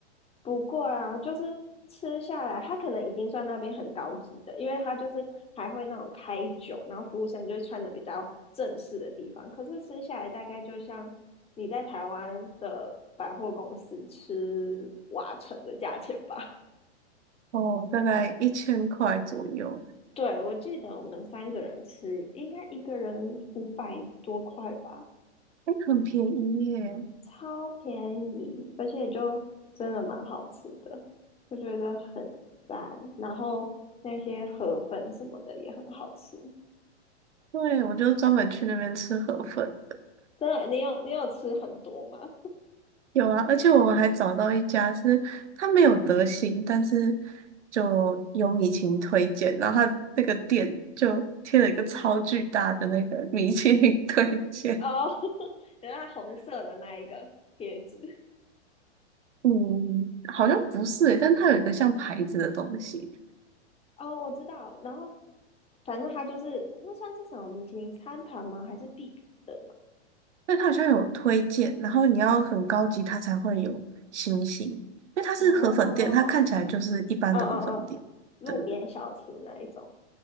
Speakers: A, on the left (about 15°); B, on the right (about 80°).
A: 不过啊，就是吃下来，它可能已经算那边很高级的，因为它就是还会那种开酒，然后服务生就是穿的比较正式的地方。可是吃下来大概就像你在台湾的百货公司吃瓦城的价钱吧。
B: 哦，大概一千块左右。
A: 对，我记得我们三个人吃，应该一个人五百多块吧，
B: 哎，很便宜耶！
A: 超便宜，而且就真的蛮好吃的，我觉得很赞。然后那些河粉什么的也很好吃，
B: 对，我就专门去那边吃河粉的。
A: 真的，你有你有吃很多吗？
B: 有啊，而且我们还找到一家是它没有德兴，但是就有米其林推荐，然后它那个店就贴了一个超巨大的那个 <laughs> 米其林推荐。
A: 哦，<laughs> 原来红色的那一个贴纸，
B: 嗯，好像不是诶，但它有一个像牌子的东西，
A: 哦，我知道。然后反正它就是那算是什么米其林餐盘吗？还是必比的
B: 但它好像有推荐，然后你要很高级，它才会有星星，因为它是河粉店，
A: 啊？哦，
B: 它看起来就是一般的河粉店。
A: 嗯嗯嗯，路边小吃那一种。
B: 对。